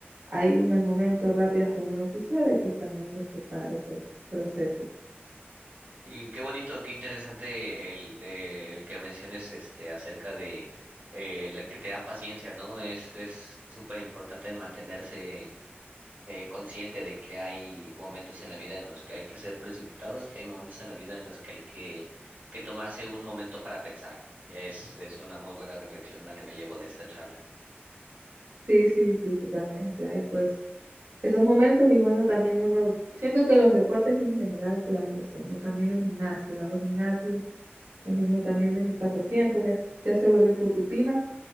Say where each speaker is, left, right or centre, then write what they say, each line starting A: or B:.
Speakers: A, on the right (about 80°); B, on the right (about 50°).
A: ahí en el momento rápidas como uno quisiera y pues también respetar esos procesos.
B: Y qué bonito, qué interesante el, eh, el que menciones este acerca de eh, la que te da paciencia, ¿no? Es es súper importante mantenerse eh, consciente de que hay momentos en la vida en los que hay que ser precipitados y hay momentos en la vida en los que hay que, que tomarse un momento para pensar. Y es, es una muy buena reflexión la que me llevo de esta charla.
A: Sí, sí, sí, totalmente. Hay pues esos momentos y bueno, también uno, siento que los deportes en general te dan eso, ¿no? También el gimnasio, hago gimnasio, es uno también de mis pasatiempos, es, ya se vuelve tu rutina